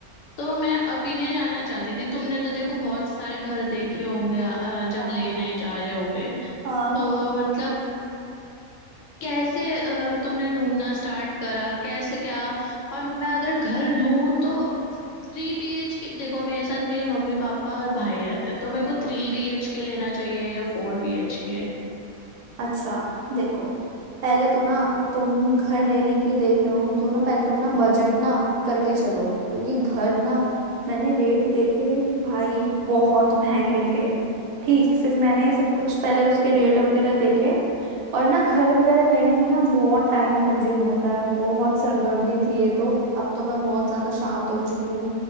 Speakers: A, on the left; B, on the right.
A: तो मैं ओपिनियन जानना चाहती थी तुमने तो देखो बहुत सारे घर देखे होंगे अ, जब
B: हाँ
A: लेने
B: हाँ
A: जा रहे होगे
B: हाँ
A: तो
B: हाँ
A: मतलब कैसे अ, तुमने ढूंढना स्टार्ट करा कैसे क्या और मैं अगर घर लूं तो थ्री बी एच के देखो मेरे साथ मेरे मम्मी पापा और भाई रहते तो मेरे को थ्री बी एच के लेना चाहिए या फोर बी एच के
B: अच्छा देखो पहले तो ना तुम घर लेने की देख रहे हो तो ना पहले तो अपना बजट ना करके चलो क्योंकि घर ना मैंने रेट देखे भाई बहुत महंगे थे ठीक फिर मैंने सब कुछ पहले उसके रेट वगैरह देखे और ना घर वगैरह लेने में ना बहुत टाइम कंज्यूम होता है बहुत सरदर्दी थी ये तो अब तो मैं बहुत ज्यादा शांत हो चुकी हूँ